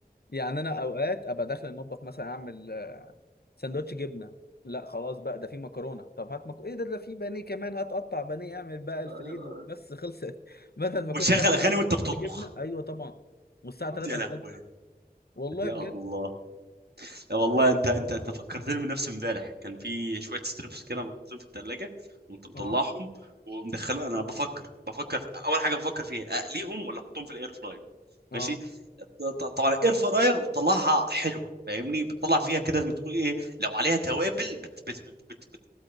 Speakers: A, on the left; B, on the right.
A: يعني انا اوقات ابقى داخل المطبخ مثلا اعمل سندوتش جبنه لا خلاص بقى ده في مكرونه طب هات مكرونه ايه ده ده في بانيه كمان هات قطع بانيه اعمل بقى الفريدو
B: كده
A: بس خلصت <laughs> بدل ما كنت
B: وتشغل
A: داخل
B: اغاني
A: اعمل
B: وانت بتطبخ
A: كنت جبنه ايوه طبعا والساعه 3
B: يا
A: الفجر
B: لهوي
A: والله
B: يا
A: بجد
B: الله يا والله انت انت انت فكرتني بنفسي امبارح كان في شويه ستريبس كده محطوطين في الثلاجه قمت مطلعهم
A: اه
B: ومدخله انا بفكر بفكر في... اول حاجه بفكر فيها اقليهم ولا احطهم في الاير فراير
A: اه
B: ماشي ط- ط- طبعا الاير فراير بتطلعها حلوه فاهمني بتطلع فيها
A: مم.
B: كده زي ما تقول ايه لو عليها توابل بت بت بت بت بت